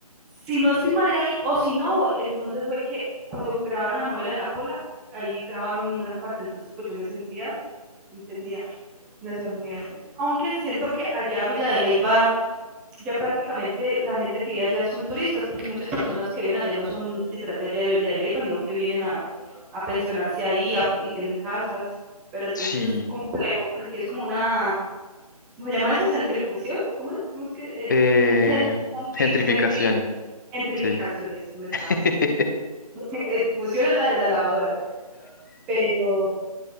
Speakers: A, in the centre; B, on the left.
A: Si no estoy mal, era ahí, o si no, entonces fue que cuando grabaron la novela de la pola, ahí grabaron en gran parte, entonces pues yo me sentía, entendía, una ciudad muy así. Aunque siento que allá Villa de Leyva ya prácticamente la gente que vive allá son turistas, porque muchas personas que viven allá no son literal de allá de, de Leyva, sino que vienen a, a pensionarse ahí a, y tienen casas, pero entonces
B: Sí.
A: es complejo, porque es como una, ¿cómo se llama eso? ¿Centrifusión? ¿Cómo es, ¿Cómo es que? Eh,
B: Eh,
A: gente, gente,
B: gentrificación,
A: gente, gentrificación,
B: sí.
A: eso me estaba
B: <laughs>
A: perdiendo. <laughs> Fusión es la de la lavadora, pero